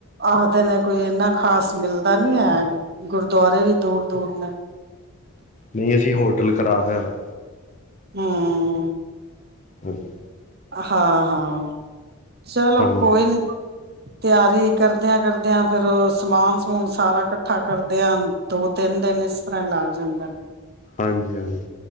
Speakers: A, on the right; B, on the left.
A: ਆਖਦੇ ਨੇ ਕੋਈ ਏਨਾ ਖ਼ਾਸ ਮਿਲ਼ਦਾ ਨੀ ਹੈ। ਗੁਰਦੁਆਰੇ ਵੀ ਦੂਰ ਦੂਰ ਨੇ
B: ਨਹੀਂ ਅਸੀਂ ਹੋਟਲ ਕਰਾ ਦਿਆ ਦਾ
A: ਹਾਂ
B: ਹਾਂਜੀ
A: ਹਾਂ ਹਾਂ ਚਲੋ
B: ਹਾਂਜੀ
A: ਕੋਈ ਨੀ ਤਿਆਰੀ ਕਰਦਿਆਂ ਕਰਦਿਆਂ ਫਿਰ ਉਹ ਸਮਾਨ ਸਮੂਨ ਸਾਰਾ ਕੱਠਾ ਕਰਦਿਆਂ ਦੋ ਤਿੰਨ ਦਿਨ ਇਸ ਤਰ੍ਹਾਂ ਲੱਗ ਜਾਂਦਾ
B: ਹਾਂਜੀ ਹਾਂਜੀ